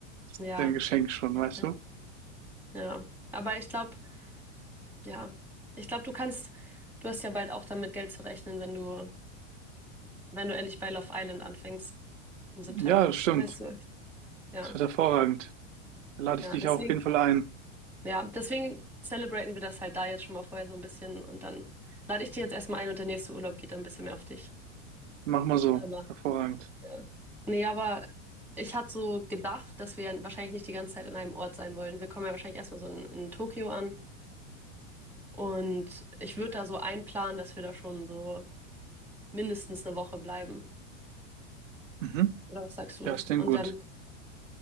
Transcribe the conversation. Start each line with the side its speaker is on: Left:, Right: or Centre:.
Right: Ist
Centre: Ja,
Right: ja ein
Centre: auf
Right: Geschenk schon,
Centre: jeden
Right: weißt
Centre: Fall.
Right: du?
Centre: Ja. Aber ich glaube, ja, ich glaube, du kannst, du hast ja bald auch damit Geld zu rechnen, wenn du, wenn du endlich bei Love Island anfängst im September.
Right: Ja, das stimmt.
Centre: Weißt du? Ja,
Right: Das wird hervorragend. Da lade
Centre: ja,
Right: ich dich
Centre: deswegen.
Right: auf jeden Fall ein.
Centre: Ja, deswegen celebraten wir das halt da jetzt schon mal vorher so ein bisschen und dann lade ich dir jetzt erstmal ein und der nächste Urlaub geht dann ein bisschen mehr auf dich.
Right: Mach mal so.
Centre: aber
Right: Hervorragend.
Centre: Ja. Nee, aber ich hatte so gedacht, dass wir wahrscheinlich nicht die ganze Zeit an einem Ort sein wollen. Wir kommen ja wahrscheinlich erstmal so in, in Tokio an. Und ich würde da so einplanen, dass wir da schon so mindestens eine Woche bleiben.
Right: Mhm.
Centre: Oder was sagst du?
Right: Ja, ist denn
Centre: Und
Right: gut.
Centre: dann